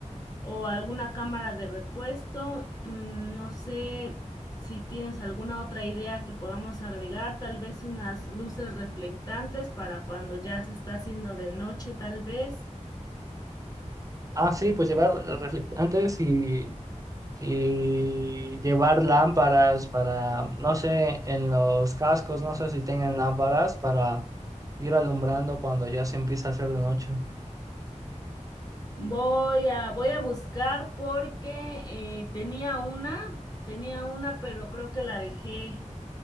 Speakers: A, on the left; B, on the right.
A: o alguna cámara de repuesto. Mm, No sé si tienes alguna otra idea que podamos agregar, tal vez unas luces reflectantes para cuando ya se está haciendo de noche, tal vez.
B: Ah, sí, pues llevar reflectantes y, y llevar lámparas para, no sé, en los cascos, no sé si tengan lámparas para ir alumbrando cuando ya se empieza a hacer de noche.
A: Voy a, voy a buscar porque eh, tenía una, tenía una, pero creo que la dejé.